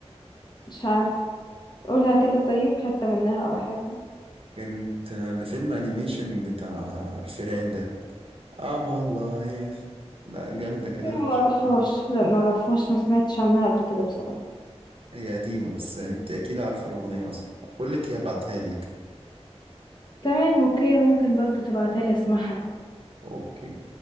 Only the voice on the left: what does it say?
مش عارف قولها كده طيب حتة منها او حاجة
لا
ما
اعرفهاش
لا ما اعرفهاش ما سمعتش عنها قبل كده بصراحة
تمام اوكي ممكن برضو تبعتها لي اسمعها كده